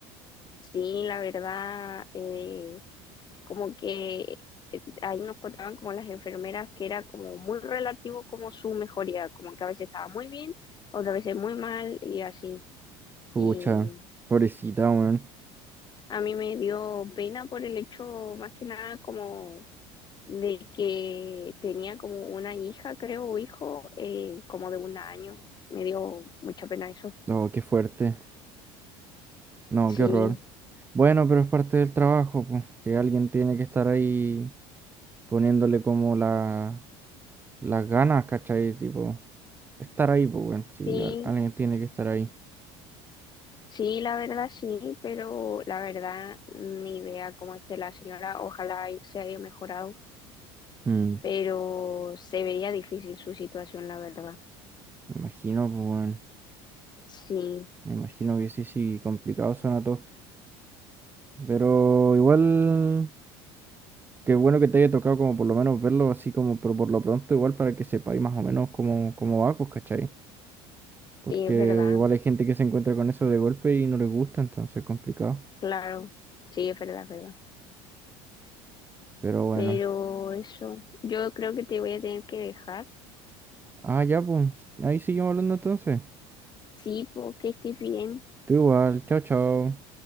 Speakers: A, on the left; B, on the right.
A: Sí, la verdad, eh, como que eh, ahí nos contaban como las enfermeras que era como muy relativo como su mejoría, como que a veces estaba muy bien, otras veces muy mal y así.
B: Pucha,
A: Y
B: pobrecita, weón.
A: a mí me dio pena por el hecho más que nada como de que tenía como una hija, creo, o hijo, eh, como de un año. Me dio mucha pena eso.
B: No, qué fuerte. No, qué
A: Sí,
B: horror. Bueno, pero es parte del trabajo, pues. Si alguien tiene que estar ahí poniéndole como la, las ganas, ¿cachai? Tipo, estar ahí, pues, weón. Si
A: sí,
B: al- alguien tiene que estar ahí.
A: sí, la verdad sí, pero la verdad ni idea cómo esté la señora. Ojalá y se haya mejorado.
B: Mm,
A: pero se veía difícil su situación, la verdad.
B: me imagino, pues, weón.
A: Sí,
B: Me imagino que sí, sí, complicado suena todo Pero igual, qué bueno que te haya tocado como por lo menos verlo así como, pero por lo pronto igual para que sepáis más o menos cómo, cómo va, pues, ¿cachai? Porque
A: sí, es verdad,
B: igual hay gente que se encuentra con eso de golpe y no les gusta, entonces es complicado.
A: claro, sí, es verdad, es verdad.
B: Pero bueno.
A: Pero eso, yo creo que te voy a tener que dejar.
B: Ah, ya, pues, ahí seguimos hablando entonces.
A: Sí, porque estés bien.
B: Tú igual, chao, chao.